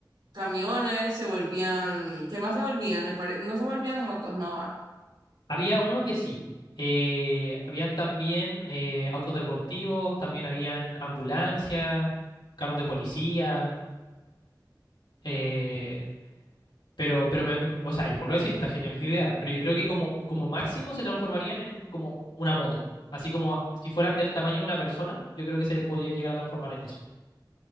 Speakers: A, on the right; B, on the left.
A: camiones, se volvían, ¿qué más se volvían? Me pare- no se volvían motos, no va.
B: Había uno que sí. Eh, habían también eh, autos deportivos, también habían ambulancias, carros de policía. eh, pero, pero me- o sea, yo vuelvo a decir, esta genialidad, pero yo creo que como, como máximo se transformarían en como una moto. Así como si fueran del tamaño de una persona, yo creo que se podrían llegar a transformar en eso.